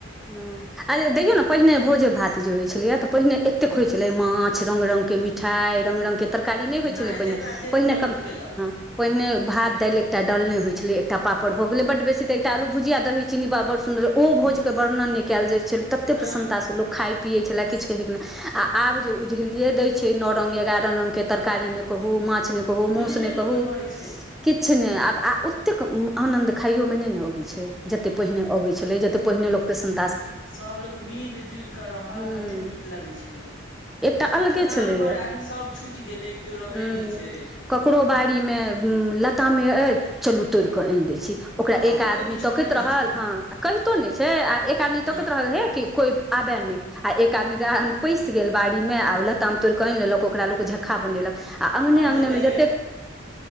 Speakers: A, in the centre; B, on the left.
A: हूं आयं देखियौ न पहिने भोजे भात जे होइत छलैए तऽ पहिने एतेक
B: ह
A: होइत छलै मान रंग रंग के मिठाई रंग रंग के तर तरकारी नई होइ
B: नहि
A: छलै पहिने
B: जेकरा जे
A: पहिने
B: जुड़ल लोक केलक
A: पहिने भात दाल एकटा डलने होई छलैइ एकटा पापड़ भऽ गेलै
B: हँ
A: बड्ड बेसीऽ एकटा आलू भुजिया दही चीन्नी बड्ड सुन्दर ओ
B: हूँ
A: भोज न नई कयल जाइ छलैइ तते
B: हँ
A: प्रसन्नता से लोक खाइ पीअई छलाह किछु कहे के नई आब जे उझिलिये दै छै नौ रंग एगारह रंग के तरकारी नहि कहू माछ कहू
B: मोने
A: मुंह से
B: नहि
A: नई
B: लोकके
A: कहू
B: भरै छै
A: किछ छै ने आब आ ओतेक आनन्द खाइयों में नहि ने अबैइ छै जतेक पहिने अबै छलैय जतेक पहिने लोकके शन
B: सबलोग मिल जुलि कऽ रहल
A: हूँ
B: कतेक नीक लगै छलै
A: एकटा अलगे
B: आब तऽ गाम
A: छलैया
B: घर आदमी सब छुटि गेलै केओ रहै
A: हूँ
B: नहि छै
A: ककरो बाड़ीमे लतामे अइ चलू तोड़ि के आनि दै छी ओकरा
B: हँ
A: एक
B: केओ
A: आदमी
B: किछु
A: तकैत
B: कहै नहि
A: रहल
B: छलै
A: हं आ क छै आ एक आदमी
B: हँ
A: तकैत रहल हे कि कोई आबे नहि आ एक आदमी पैसि गेल बाड़ी में आ लताम तोड़ि क आइन लेलक ओकरा लोक झक्का बनेलक आ अंगने
B: हमसभ
A: अंगने
B: जइयै
A: में जतेक